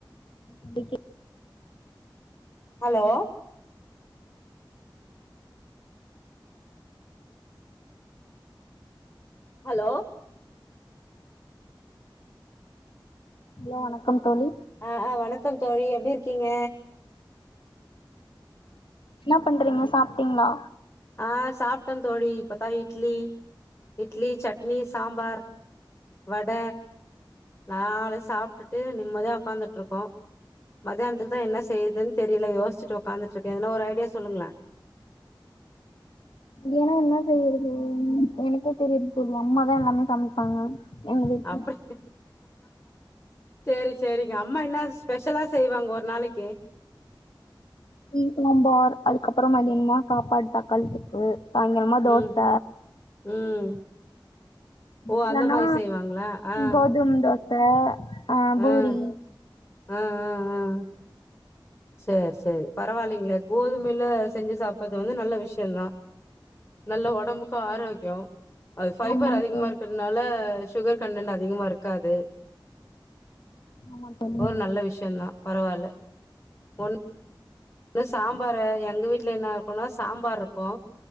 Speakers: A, on the left; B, on the left.
A: <unintelligible>
B: Hello hello
A: hello வணக்கம் தோழி
B: ஆஹ் ஆஹ் வணக்கம் தோழி எப் எப்டி இருக்கீங்க
A: என்ன பண்றீங்க சாப்டீங்களா
B: ஆஹ் சாப்டே தோழி இப்பத்தா இட்லி இட்லி சட்னி சாம்பார் வட நாலு சாப்பிட்டுட்டு நிம்மதியா உக்காந்துட்டு இருக்கோ மத்தியானத்துக்கு தா என்ன செய்யரதுன்னு தெரியல யோசிச்சுட்டு உக்காந்துட்டு இருக்கே எதுனா ஒரு ஐடியா சொல்லுங்களே
A: இல்லனா என்ன செய்யறது ம் எனக்கே தெரியாது தோழி அம்மாதா எல்லாமே சமைப்பாங்க எங்க வீட்ல
B: அப்டி செரி செரிங்க அம்மா என்ன ஸ்பெஷலா செய்வாங்க ஒரு நாளைக்கி
A: <unintelligible> சாம்பார் அதுக்கப்புற மதியானமா சாப்பாடு தக்காளித் தொக்கு சாயங்காலமா தோச
B: ம் ம் ஓ
A: இல்லன்னா
B: அந்த மாதிரி செய்வாங்களா ஆஹ்
A: கோதும தோச ஆ பூரி
B: ஆஹ் ஆஹ் ஆஹ் ஆஹ் செரி செரி பரவாயில்லைங்களே கோதுமையில செஞ்சு சாப்பது வந்து நல்ல விஷய தா நல்ல ஒடம்புக்கு ஆரோக்கியோ அது ஃபைபர்
A: ஆமாங்
B: அதிகமா
A: தோழி
B: இருக்கிறதுனால சுகர் கண்டென்ட் அதிகமா இருக்காது
A: ஆமா தோழி
B: ஒரு நல்ல விஷியந்தா பரவால்ல ஒன் இந்த சாம்பார எங்க வீட்டுல என்ன இருக்கும்னா சாம்பார் இருக்கு